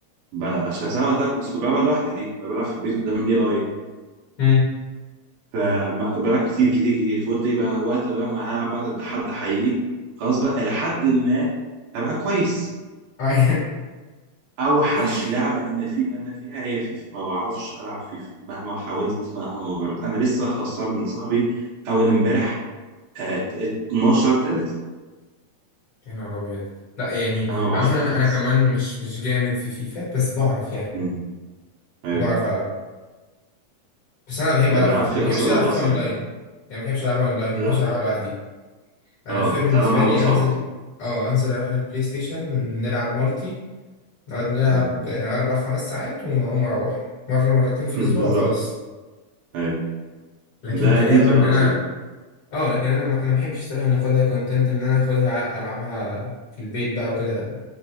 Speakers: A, on the right (about 85°); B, on the left (about 55°).
A: ب... عشان ساعه وقتها كنت بس كنت بلعبها لوحدي دي فبلعب في البيت قدام الاي اي
B: مم.
A: فبلعب كتير كتير كتير فقلت ايه بقى وقت بقى ما هلعب بقى ضد حد حقيقي خلاص بقى إلى حد ما هبقى كويس
B: أي.
A: اوحش
B: <laughs>
A: لعبة انا في انا فيها هي فيفا ما بعرفش العب فيفا مهما حاولت مهما جربت انا لسه خسران من صاحبي اول امبارح آه 12 3
B: يا نهار ابيض لا يعني
A: انا ما بعرفش
B: انا مثلا
A: العب فيفا خالص
B: انا كمان مش مش جامد في فيفا بس بعرف يعني
A: امم ايوه
B: بعرف العب بس انا بحب
A: انا
B: العب
A: بالعافية
B: فيفا وما بحبش
A: اصلا
B: العب
A: بباص
B: فيفا اونلاين
A: يعني
B: يعني ما بحبش العبها اونلاين
A: لا
B: ما بحبش العبها لوحدي انا
A: اه
B: فيفا بالنسبه
A: تلعبها مع حد
B: لي
A: من صحابك
B: انزل اه انزل اروح للبلاي ستيشن نلعب مالتي نقعد نلعب
A: مم.
B: آه، اربع خمس ساعات واقوم اروح مره مرتين
A: <laughs>
B: في الاسبوع
A: بالظبط
B: وخلاص
A: ايوه
B: لكن
A: ده
B: كلعبه
A: دي بتبقى
B: ان
A: لطيفة
B: انا اه لكن انا ما- انا ما بحبش الصراحه ان اخدها كونتنت ان انا اخدها العبها في البيت بقى وكده